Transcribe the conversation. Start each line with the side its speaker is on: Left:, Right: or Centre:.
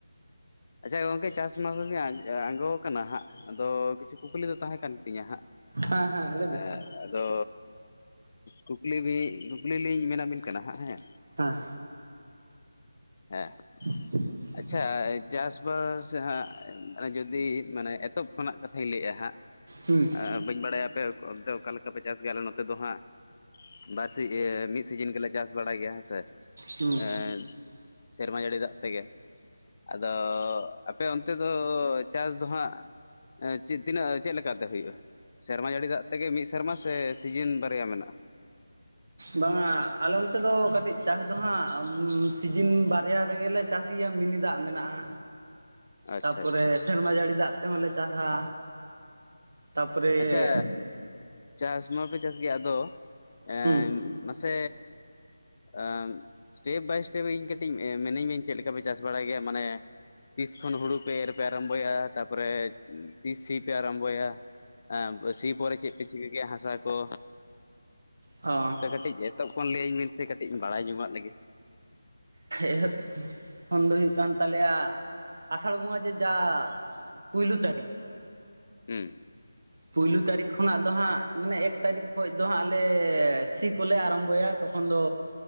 Left: ᱟᱪᱪᱷᱟ ᱜᱚᱝᱠᱮ ᱪᱟᱥ ᱢᱟᱥᱜᱮ <unintelligible> ᱟᱸᱜᱳ ᱠᱟᱱᱟ ᱦᱟᱸᱜ ᱟᱫᱚ ᱠᱤᱪᱷᱩ ᱠᱩᱠᱞᱤ ᱫᱚ ᱛᱟᱦᱮᱸ ᱠᱟᱱ ᱛᱤᱧᱟ ᱦᱟᱸᱜ᱾ <unintelligible>
Right: ᱦᱮᱸ ᱦᱮᱸ ᱞᱟᱹᱭ ᱵᱤᱱ
Left: ᱟᱫᱚ ᱠᱩᱠᱞᱤ ᱵᱤᱱ, ᱠᱩᱠᱞᱤ ᱞᱤᱧ ᱢᱮᱵᱤᱱ ᱠᱟᱱᱟ ᱦᱟᱸᱜ ᱦᱮᱸ᱾
Right: ᱦᱮᱸ,
Left: ᱦᱮᱸ᱾
Right: <inaudible>
Left: ᱟᱪᱪᱷᱟ ᱪᱟᱥᱵᱟᱥ ᱦᱟᱸᱜ ᱡᱩᱫᱤ ᱢᱟᱱᱮ ᱮᱛᱚᱦᱚᱵ ᱠᱷᱚᱱᱟᱜ ᱠᱟᱛᱷᱟᱧ ᱞᱟᱹᱭᱮᱜ-ᱟ ᱦᱟᱸᱜ᱾
Right: ᱦᱩᱸ᱾
Left: ᱟ ᱵᱟᱹᱧ ᱵᱟᱲᱟᱭᱟ ᱟᱯᱮ ᱚᱱᱛᱮ ᱚᱠᱟ ᱞᱮᱠᱟ ᱯᱮ ᱪᱟᱥ ᱜᱮᱭᱟ, ᱟᱞᱮ ᱱᱚᱛᱮ ᱫᱚ ᱦᱟᱸᱜ ᱵᱟᱨ ᱥᱤ--ᱮᱸ ᱢᱤᱫ ᱥᱤᱡᱤᱱ ᱜᱮᱞᱮ ᱪᱟᱥ ᱵᱟᱲᱟᱭ ᱜᱮᱭᱟ ᱦᱮᱸᱥᱮ,
Right: ᱦᱩᱸ
Left: ᱮᱻ ᱥᱮᱨᱢᱟ ᱡᱟᱹᱲᱤ ᱫᱟᱜ ᱛᱮᱜᱮ᱾ ᱟᱫᱚ ᱟᱯᱮ ᱚᱱᱛᱮ ᱫᱚ ᱪᱟᱥ ᱫᱚ ᱦᱟᱸᱜ ᱮᱸ ᱪᱮᱫ ᱛᱤᱱᱟᱹᱜ, ᱪᱮᱫ ᱞᱮᱠᱟ ᱛᱮ ᱦᱩᱭᱩᱜᱼᱟ? ᱥᱮᱨᱢᱟ ᱡᱟᱹᱲᱤ ᱫᱟᱜ ᱛᱮᱜᱮ ᱢᱤᱫ ᱥᱮᱨᱢᱟ ᱥᱮ ᱥᱤᱡᱤᱱ ᱵᱟᱨᱭᱟ ᱢᱮᱱᱟᱜᱼᱟ?
Right: ᱵᱟᱝ-ᱟ ᱟᱞᱮ ᱚᱱᱛᱮ ᱫᱚ ᱠᱟᱴᱤᱡ ᱪᱟᱥ ᱫᱚ ᱦᱟᱸᱜ, ᱥᱤᱡᱤᱱ ᱵᱟᱨᱭᱟ ᱨᱮᱜᱮᱞᱮ ᱪᱟᱹᱥᱤᱭᱟᱜ ᱢᱤᱱᱤ ᱫᱟᱜ ᱢᱮᱱᱟᱜᱼᱟ᱾
Left: ᱟᱪᱪᱷᱟ
Right: ᱛᱟᱨᱯᱚᱨᱮ
Left: ᱟᱪᱪᱷᱟ
Right: ᱥᱮᱨᱢᱟ ᱡᱟᱹᱲᱤ ᱫᱟᱜ ᱛᱮᱦᱚᱸᱞᱮ ᱪᱟᱥᱟ᱾ ᱛᱟᱯᱚᱨᱮ
Left: ᱟᱪᱪᱷᱟ ᱪᱟᱥ ᱢᱟᱯᱮ ᱪᱟᱥ ᱜᱮᱭᱟ ᱟᱫᱚ ᱮᱢᱢ
Right: ᱚ
Left: ᱢᱟ ᱥᱮᱻ ᱟᱢᱢ ᱮᱥᱴᱮᱯ ᱵᱟᱭ ᱥᱴᱮᱯ ᱤᱧ ᱠᱟᱹᱴᱤᱡ ᱢᱤᱱᱟᱧ ᱢᱮ ᱪᱮᱫ ᱞᱮᱠᱟ ᱯᱮ ᱪᱟᱥ ᱵᱟᱲᱟᱭ ᱜᱮᱭᱟ, ᱢᱟᱱᱮ ᱛᱤᱥ ᱠᱷᱚᱱ ᱦᱩᱲᱩ ᱯᱮ ᱮᱨ ᱯᱮ ᱟᱨᱟᱢᱵᱚᱭᱟ, ᱛᱟᱯᱚᱨᱮ ᱛᱤᱥ ᱥᱤ ᱯᱮ ᱟᱨᱟᱢᱵᱚᱭᱟ? ᱮᱸ ᱥᱤ ᱯᱚᱨᱮ ᱪᱮᱫ ᱯᱮ ᱪᱤᱠᱟᱹ ᱠᱮᱭᱟ ᱦᱟᱥᱟ ᱠᱚ?
Right: ᱚ
Left: ᱦᱮᱸ <unintelligible> ᱠᱟᱹᱴᱤᱡ ᱮᱛᱚᱦᱚᱵ ᱠᱷᱚᱱ ᱞᱟᱹᱭ ᱟᱹᱞᱤᱧ ᱵᱤᱱ ᱥᱮ ᱠᱟᱹᱴᱤᱡᱤᱧ ᱵᱟᱲᱟᱭ ᱧᱚᱝᱟᱜ ᱞᱮᱜᱮ᱾
Right: ᱮᱦᱚᱵ ᱠᱷᱚᱱ ᱫᱚ ᱦᱩᱭᱩᱜ ᱠᱟᱱ ᱛᱟᱞᱮᱭᱟ ᱟᱥᱟᱲ ᱵᱚᱸᱜᱟ ᱡᱮ ᱡᱟ ᱯᱩᱭᱞᱩ ᱛᱟᱹᱨᱤᱠᱷ
Left: ᱦᱩᱸ
Right: ᱯᱩᱭᱞᱩ ᱛᱟᱹᱨᱤᱠᱷ ᱠᱷᱚᱱᱟᱜ ᱫᱚ ᱦᱟᱸᱜ ᱢᱟᱱᱮ ᱮᱠ ᱛᱟᱹᱨᱤᱠᱷ ᱠᱷᱚᱡ ᱫᱚ ᱦᱟᱸᱜ ᱞᱮ ᱥᱤ ᱠᱚᱞᱮ ᱟᱨᱟᱢᱵᱚᱭᱟ ᱛᱚᱠᱷᱚᱱ ᱫᱚ